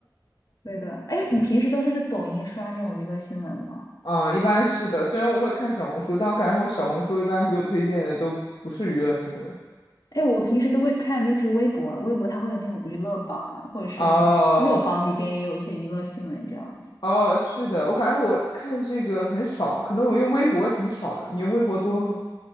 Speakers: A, on the left; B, on the left.
A: 对的，哎，你平时都是在抖音刷这种娱乐新闻吗？
B: 嗯，一般是的，虽然我会看小红书，但我感觉我小红书一般给我推荐的都不是娱乐新闻。
A: 哎，我平时都会看，就是微博，微博它会有那种娱乐榜啊，或者是热榜里边也有一些娱乐新闻这样子。
B: 哦哦，是的，我感觉我看这个很少，可能我用微博挺少的。你用微博多吗？